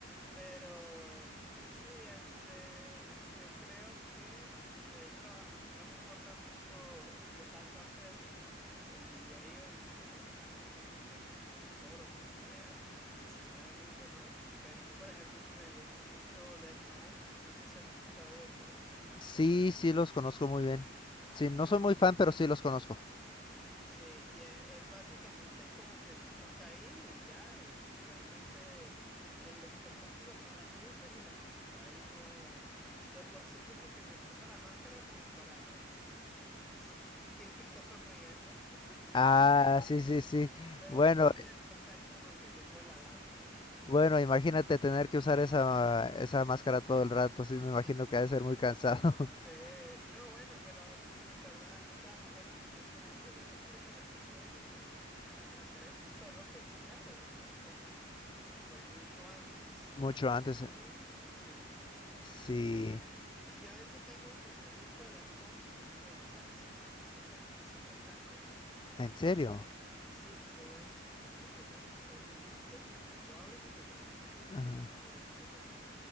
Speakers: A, in the centre; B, on the left (about 25°).
A: Pero sí, este, yo creo que, de hecho, a, a mí no me importa mucho qué tanto hace el, el DJ en, eh, o, o- o el productor o quien sea, si se mueve mucho o no. Pero a mí, por ejemplo, <laughs> me gusta mucho Dead Mouse. No sé si has escuchado Dead Mouse.
B: Sí, sí, los conozco muy bien. Sí, no soy muy fan, pero sí los conozco.
A: Sí, y e- él, básicamente es como que siempre está ahí y ya, y, y realmente el espectáculo son las luces y la música. Él no, de por sí como que se puso la máscara como para s- fingir que está sonriendo, <laughs>
B: Ah, sí, sí, sí.
A: pero
B: Bueno,
A: todo el tiempo estás como que viendo la laptop o lo que sea.
B: Bueno, imagínate tener que usar esa, esa máscara todo el rato, sí, me imagino que ha de ser muy cansado.
A: Sí,
B: <laughs>
A: no, bueno, pero eh, en verdad Daft Punk es como que de los primeros que creo yo que, que empezaron a hacer eso, solo que, claro, Daft Punk fue mucho antes,
B: Mucho
A: como en los
B: antes.
A: dos mil, sí.
B: Sí,
A: Y, y yo de hecho tengo el primer disco de Daft Punk que ellos salen sin, sin, la, sin los cascos.
B: en serio.
A: Cuando, sí, cuando ves, es porque sabes que está el disco, lo abres y te trae como con un
B: Ajá.
A: manual, una cosa así.